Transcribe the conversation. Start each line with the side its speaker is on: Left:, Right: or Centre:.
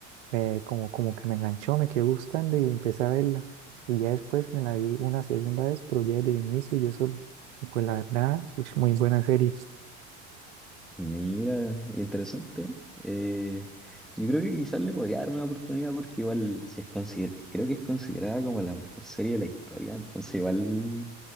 Right: me- como, como que me enganchó, me quedó gustando y empecé a verla. Y ya después me la vi una segunda vez, pero ya desde el inicio yo solo. Y pues la verdad, pues muy buena serie.
Centre: Mira, interesante. Eh, yo creo que quizás le podría dar una oportunidad porque igual si es consider- creo que es considerada como la mejor serie de la historia, entonces igual